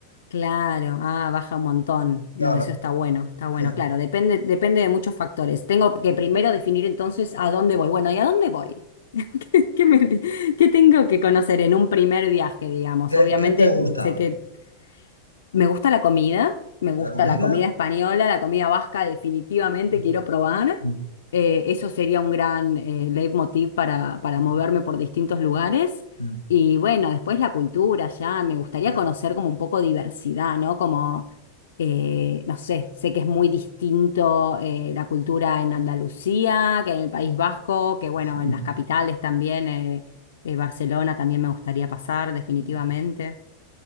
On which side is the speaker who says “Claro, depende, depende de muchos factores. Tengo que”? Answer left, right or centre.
Left